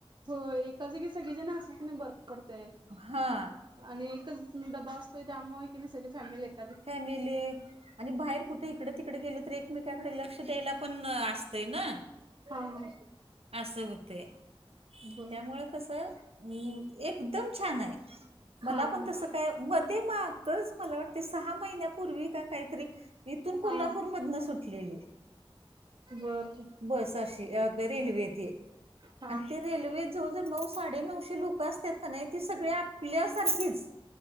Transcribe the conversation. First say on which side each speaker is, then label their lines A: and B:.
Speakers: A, on the right; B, on the right.
A: होय एका जागी सगळेजण असले की नाही बरं पडतय.
B: हा
A: आणि एकच डब्बा असतोय त्यामुळे कि नाही सगळी फॅमिली एक
B: फॅमिली आणि बाहेर कुठं ते इकडं तिकडं गेल तर, एकमेकांकडे लक्ष द्यायला पण असतंय ना.
A: हा हा.
B: आस होतंय.
A: बर
B: त्यामुळे कस एकदम छान आहे, मला
A: हा
B: पण
A: हा
B: तसं काय. मग ते मागच मला वाट ते सहा महिन्यापूर्वी का काहीतरी, इथून कोल्हापूर
A: हा
B: मधून सुटलेली.
A: बर.
B: बस अशी अ रेल्वेे ती.
A: हा
B: आ ते रेल्वे जवळ जवळ नऊ, साडे नऊशे लोक असत्यात कणी. ती सगळी आपल्यासारखीच.